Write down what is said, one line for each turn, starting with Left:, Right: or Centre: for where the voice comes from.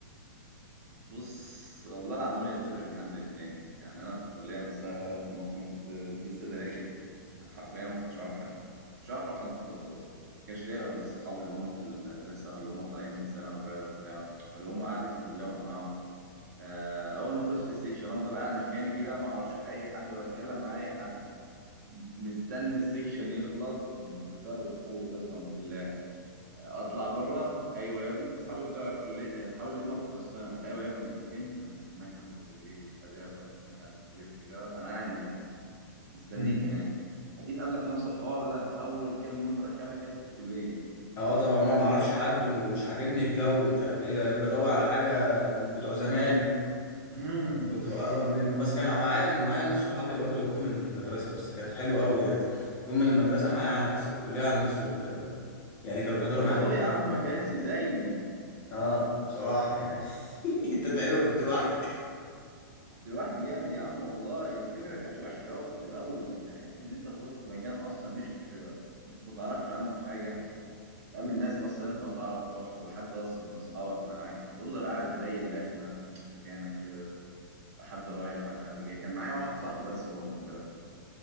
Right: بص والله العظيم هي بتفرق من حد للتاني يعني انا في الكليه نفسها وقت ما كنت لسه داخل حرفيا ما كنتش اعرف حد مش اعرف حد خالص ما كانش ليا غير بس اصحابي اللي هم في ال- لسه اللي هم طالعين من ثانوي بقى وبتاع فاللي هم قعدتي كلها معاهم آه، اول ما اخش السكشن افضل قاعد مكاني كده ما اعرفش اي حد ولا اتكلم مع اي حد مستني السكشن يخلص بفارغ الصبر قسما بالله اطلع بره ايوه يا ابني اصحابي بتوع الكليه اصحابي اللي هم بتوع الثانوي ايوه يا ابني انت فين انا هستناك عند كليه اداب هستناك عند كليه تجاره انا قاعد هناك مستنيك
Left: مم.
Right: هناك اكيد قابلك نفس الحوار ده اول كام يوم رخامه كانت في الكليه
Left: اه طبعا ما معرفش حد ومش عاجبني الجو ومش عارف ايه بدور على حاجة من بتوع زمان
Right: <laughs>
Left: كنت بقرب منه بس كان معايا انا معايا ناس صحابي برضو جم من المدرسه بس كان حلو قوي يعني جم من المدرسه معايا على نفس الكليه على نفس ال... يعني كانوا بيحضروا
Right: طب
Left: معايا
Right: اهو يا
Left: نفس
Right: عم
Left: المدرسة.
Right: ما كانتش زيي
Left: اه بصراحه يعني <laughs> انت تقريبا كنت لوحدك
Right: كنت لوحدي جامد يا عم والله الفكره كانت وحشه قوي في الاول يعني حته ان انت تروح في مكان اصلا مش انت ما تعرفش عنه حاجه تقابل ناس اصلا انت ما تعرفهاش ولا حد اصلا من اصحابك معاك فتفضل قاعد زي اللخمه مكانك كده لا حد رايح ولا حد جاي كان معايا واحد صاحبي بس هو من البلد بتاعتي